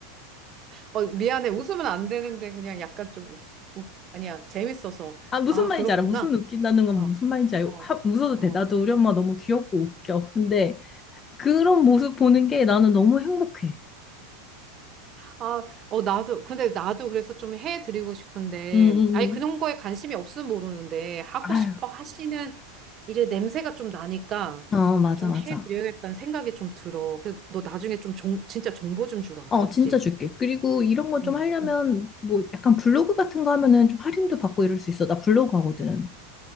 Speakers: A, on the right; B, on the left.
A: 어, 미안해. 웃으면 안 되는데 그냥 약간 좀, 웃, 웃- 아니야. 재밌어서.
B: 아, 무슨
A: 아,
B: 말인지
A: 그렇구나.
B: 알아. 무슨 웃긴다는 건
A: 어,
B: 무슨 말인지 알고,
A: 어,
B: 하, 웃어도
A: 어.
B: 돼. 나도 우리 엄마 너무 귀엽고 웃겨. 근데, 그런 모습 보는 게 나는 너무 행복해.
A: 아, 어, 나도, 근데 나도 그래서 좀 해드리고 싶은데,
B: 응, 응,
A: 아니,
B: 응.
A: 그런 거에 관심이 없으면 모르는데, 하고
B: 아유,
A: 싶어 하시는 일의 냄새가 좀 나니까,
B: 어, 맞아,
A: 좀
B: 맞아.
A: 해드려야겠다는 생각이 좀 들어. 그래서 너 나중에 좀 정, 진짜 정보 좀 주라.
B: 어,
A: 알았지?
B: 진짜 줄게. 그리고 이런 거 좀
A: 응,
B: 하려면,
A: 응.
B: 뭐, 약간 블로그 같은 거 하면은 좀 할인도 받고 이럴 수 있어. 나 블로그 하거든.